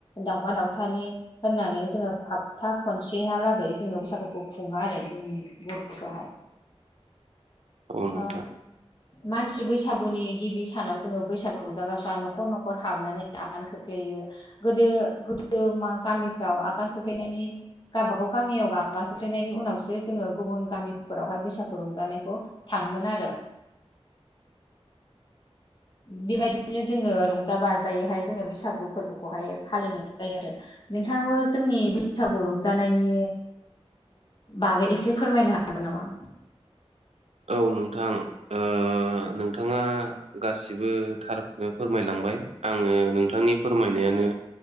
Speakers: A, on the left; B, on the right.
A: दावमा दावसानि होननानै जोंङो साबथा खनसेहालागै जोंङो बैसागुखौ खुंङो आरो जोंनि बरफ्राहाय।
B: औ नोंथां
A: ओ मानसि बैसागुनि गिबि सानाव जोंङो बैसागु रंजाग्राफ्रा नखर नखर हाबनानै आगान खोख्लैयो। गोदो गोदो मा गामिफ्राव आगान खोख्लैनायनि गावबागाव गामियाव आगान खोख्लैनायनि उनावसो जोङो गुबुन गामिफोरावहाय बैसागु रंजानायखौ थाङोमोन आरो बेबायदिनो जोङो रंजा बाजायैहाय जोङो बैसागु फोरबोखौहाय फालिनाय जायो आरो नोंथाङाबो जोंनि बैसागु रंजानायनि बागै एसे फोरमायनो हागोन नामा?
B: औ नोंथां ओ ओ नोंथाङा गासिबो थार खौनो फोरमायलांबाय। आङो नोंथांनि फोरमायनायानो